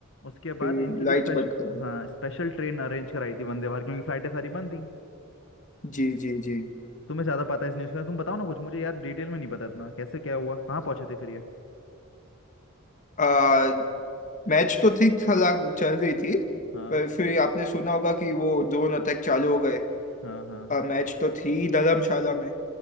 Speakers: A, on the left (about 65°); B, on the left (about 35°).
A: उसके
B: फिर
A: बाद इनके
B: लाइट्स
A: लिए स्पेशल
B: बंद करवाई
A: हाँ स्पेशल ट्रेन अरेंज कराई थी वंदे भारत क्योंकि फ्लाइटें सारी बंद थी
B: जी जी जी
A: तुम्हें ज्यादा पता है इस न्यूज़ का तुम बताओ ना कुछ मुझे यार डिटेल में नहीं पता इतना कैसे क्या हुआ कहाँ पहुंचे थे फिर ये
B: आ, मैच तो ठीक चला चल रही थी
A: हाँ
B: पर फिर आपने सुना होगा कि वो ड्रोन अटैक चालू हो गए
A: हाँ हाँ
B: मैच तो थी धर्मशाला में